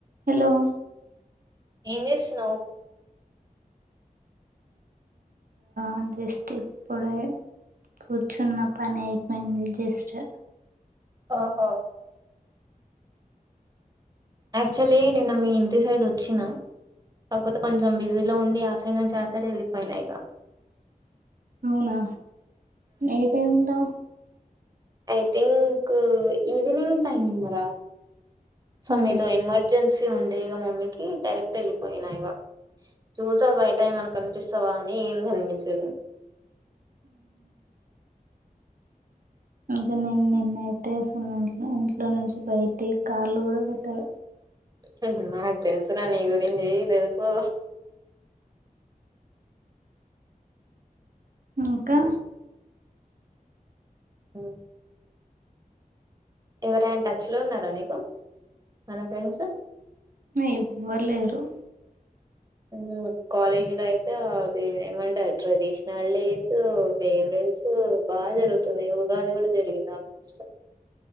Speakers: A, on the right; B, on the right.
A: Hello
B: ఇన్ని స్ ను
A: అద స్క్ప్పుడ కూర్చున్న పని అయిపోయింది జస్ట్
B: ఆఓహో యాక్చువల్లీ నిన్న మీ ఇంటి సైడ్ వచ్చినా కాకపోతే కొంచెం బిజీలో ఉండి ఆశయ నుంచి చేశాడ వెళ్ళిపోయినా ఇక
A: అవునా ఏ టైంలో
B: ఐ థింక్ ఈవెనింగ్ టైమ్ంగ్రా సమ్
A: ఉహు
B: ఏదో ఎమర్జెన్సీ ఉండేగా మమ్మీకి డైరెక్ట్ వెళ్ళిపోయినా ఇక చూసా బయట ఏమనకు కనిపిస్తావా అని ఏం కనిపించదు
A: ఇక నేను నిన్నయితే అసలు ఇం ఇంట్లో నుంచి బయటి కార్లు కూడా పెట్టాలి
B: హుమ్ నాకు తెలుసు రా నీ గురించి తెలుసు
A: ఇంకా
B: ఆహ్ ఎవరైన్ టచ్లో ఉన్నారా నీకు మన ఫ్రెండ్స్
A: అ ఎవ్వలేరు
B: మ్ కాలేజీ లో అయితే అది ఏమంటారు ట్రెడిషనల్ డేసు ఫేవరేట్ డేసు బాగా జరుగుతున్నాయి ఉగాది కూడా జరిగింది ఆఫీసులో